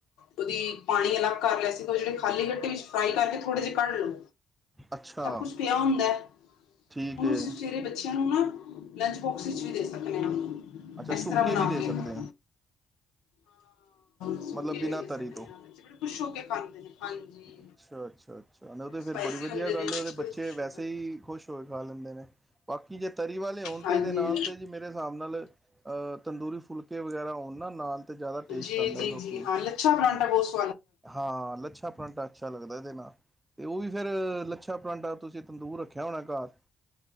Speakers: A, on the left; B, on the right.
A: ਉਹਦੀ ਪਾਣੀ ਅਲੱਗ ਕਰ ਲਿਆ ਸੀਗਾ ਉਹ ਜਿਹੜੇ ਖਾਲੀ ਗੱਟੇ ਵਿੱਚ ਫਰਾਈ ਕਰਕੇ ਥੋੜੇ ਜਿਹੇ ਕੱਢ ਲੋ।
B: ਅੱਛਾ
A: ਸਭ ਕੁਛ ਪਿਆ ਹੁੰਦਾ ਹੈ।
B: ਠੀਕ
A: ਉਹਨੂੰ
B: ਹੈ
A: ਸਵੇਰੇ ਬੱਚਿਆਂ ਨੂੰ ਨਾ ਲੰਚ ਬੋਕਸ ਵਿੱਚ ਵੀ ਦੇ ਸਕਦੇ ਹਾਂ।
B: ਅੱਛਾ ਸੁੱਕੇ
A: ਇਸ ਤਰ੍ਹਾਂ ਬਣਾ
B: ਵੀ ਦੇ
A: ਕੇ
B: ਸਕਦੇ
A: ਹਾਂ। ਸੁੱਕੇ
B: ਮਤਲਬ ਬਿਨਾਂ
A: ਵੀ ਦੇ
B: ਤਰੀ
A: ਸਕਦੇ
B: ਤੋਂ।
A: ਹਾਂ ਬੱਚੇ ਬੜੇ ਖੁਸ਼ ਹੋ ਕੇ ਪਾਉਂਦੇ ਨੇ। ਹਾਂਜੀ
B: ਅੱਛਾ- ਅੱਛਾ -ਅੱਛਾ ਉਹ ਤੇ
A: ਸਪਾਈਸੀ
B: ਫੇਰ ਬੜੀ ਵਧੀਆ
A: ਹੁੰਦੇ
B: ਗੱਲ
A: ਨੇ
B: ਹੈ। ਉਹਦੇ
A: ਬੜੇ
B: ਬੱਚੇ
A: ਖੁਸ਼ ਹੋ
B: ਵੈਸੇ
A: ਕੇ
B: ਹੀ ਖੁਸ਼ ਖਾ ਲੈਂਦੇ ਨੇ। ਬਾਕੀ ਜੇ ਤਰੀ ਵਾਲੇ ਹੋਣ
A: ਹਾਂਜੀ
B: ਤੇਦੇ ਨਾਲ ਤੇ ਜ ਮੇਰੇ ਹਿਸਾਬ ਨਾਲ ਅਹ ਤੰਦੂਰੀ ਫੁਲਕੇ ਵਗੈਰਾ ਆਉਣ ਨਾ ਨਾਲ ਤਾਂ ਜ਼ਿਆਦਾ ਟੇਸਟ
A: ਜੀ
B: ਆਉਂਦਾ
A: ਜੀ
B: ਹੈ। ਕਿਉਂਕਿ
A: ਜੀ ਹਾਂ ਲੱਛਾ ਪਰਾਂਠਾ ਬੋਸ
B: ਹਾਂ, ਲੱਛਾ ਪਰਾਂਟਾ ਅੱਛਾ ਲੱਗਦਾ। ਇਹਦੇ ਨਾਲ ਤੇ ਉਹ ਵੀ ਫੇਰ ਲੱਛਾ ਪਲਾਂਠਾ ਤੁਸੀਂ ਤੰਦੂਰ ਰੱਖਿਆ ਹੋਣਾ ਘਰ।